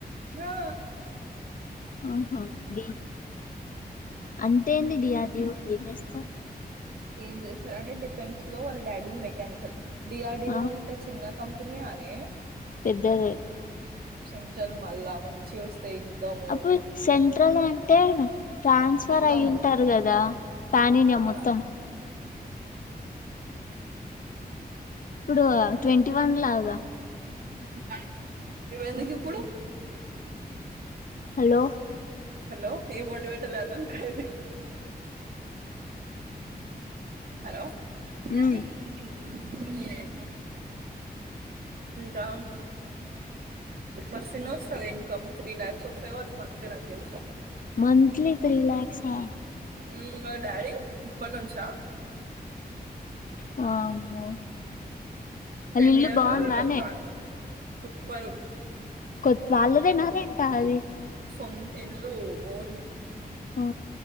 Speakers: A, on the right (about 65°); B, on the left (about 55°).
A: వా
B: ఉహూ బీబీ అంతాయింది డి ఆర్ బి లో ఏంచేస్తాం
A: ఏం చేశా అంటే డిఫెన్స్ లో వాళ్ళ డాడీ మెకానికల్ డిఆర్డిఓ
B: ఆ
A: అంటే చిన్న కంపినీ అనే
B: పెద్దదే
A: సెంట్రల్ మల్లా మంచి వస్తాయి ఇన్కము
B: అప్పుడు సెంట్రల్ అంటే ట్రాన్స్ఫర్
A: మొత్తం
B: అయి ఉంటారు కదా, పనీనే
A: ఆహా
B: మొత్తం ఇప్పుడు ట్వంటీ వన్ లాగా
A: అ ఇవి ఎందుకు ఇప్పుడు
B: హలో
A: హలో ఏం వండి పెట్టాలె, అన్నం కర్రీ హలో <unintelligible>
B: ఉమ్
A: ఇంకా మంచిగానే వస్తది ఇన్కమ్ త్రీ లాక్స్ వస్తది కావచ్చు మంత్లీ నాకు తెలిసి
B: మంత్లీ త్రీ లాక్స్ ఆ
A: ఉమ్ మరి డాడీ ఇప్పట్ నుంచ
B: వామ్మో వాళ్ళ
A: టెన్
B: ఇల్లు
A: ఇయర్స్
B: బాగుందానే
A: లో రికార్డ్ సూపర్
B: కొత్ వాళ్ళదేనా రెంటా అది,
A: సొంత ఇల్లు ఓన్
B: ఆ